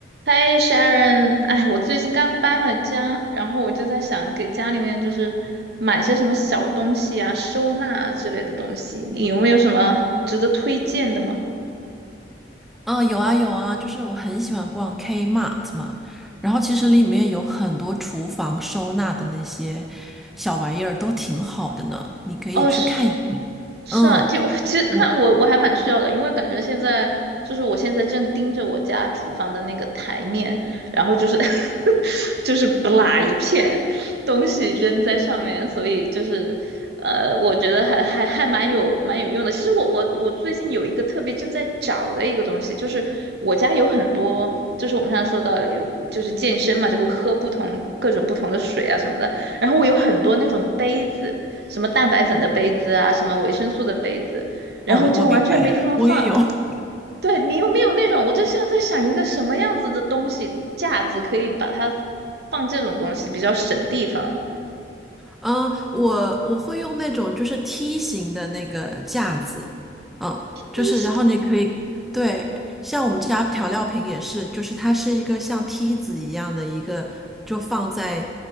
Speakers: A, on the right; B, in the centre.
A: 嗨，Sharon，哎，我最近刚搬了家，然后我就在想给家里面就是买些什么小东西啊、收纳啊之类的东西，你有没有什么值得推荐的吗？
B: 嗯，有啊有啊，就是我很喜欢逛 Kmart 嘛，然后其实里面有很多厨房收纳的那些小玩意儿都挺好的呢，你可以去看一看。
A: 哦，是。是啊，
B: 嗯，
A: 就 <laughs> 其实那我我还蛮需要的，
B: 我
A: 因为感觉现在就是我现在正盯着我家厨房的那个台面，然后就是 <laughs> 就是不拉一片东西扔在上面，所以就是呃，我觉得还还还蛮有蛮有用的。其实我我我最近有一个特别正在找的一个东西，就是我家有很多，就是我们上次说到有就是健身嘛，就会喝不同各种不同的水啊什么的，然后我有很多那种杯子。什么蛋白粉的杯子啊，什么维生素的杯子，然后就完全没地方放。
B: 我我明白，<laughs> 我也有。<laughs>
A: 对，你有没有那种？我就像在想一个什么样子的东西架子可以把它放这种东西，比较省地方
B: 嗯，我我会用那种就是梯形的那个架子，嗯，就是然后你可以，
A: 一型，
B: 对，像我们家调料瓶也是，就是它是一个像梯子一样的一个，就放在，